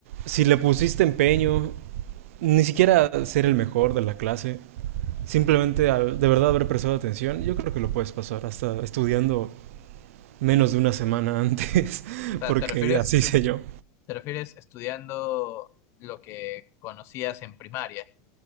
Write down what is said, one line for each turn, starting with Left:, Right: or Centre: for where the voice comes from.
Right: si le pusiste empeño, ni siquiera ser el mejor de la clase, simplemente al de verdad haber prestado atención, yo creo que lo puedes pasar hasta estudiando menos de una semana antes, <laughs>
Left: O sea,
Right: porque
Left: ¿te refieres
Right: así sé yo.
Left: ¿Te refieres estudiando lo que conocías en primaria?